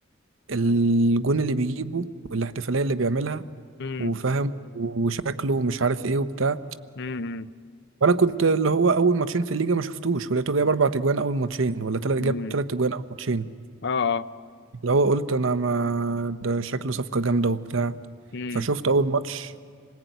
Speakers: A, on the right; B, on the left.
A: الجون اللي بيجيبه والاحتفالية اللي بيعملها
B: امم
A: وفاهم وشكله ومش عارف ايه وبتاع
B: امم
A: وانا كنت اللي هو اول ماتشين في الليجا ما شفتوش ولقيته جايب اربع تجوان اول ماتشين ولا تلات
B: امم
A: جاب تلات تجوان اول ماتشين
B: اه اه
A: اللي هو قلت انا ما ده شكله صفقة جامدة وبتاع
B: امم
A: فشفت اول ماتش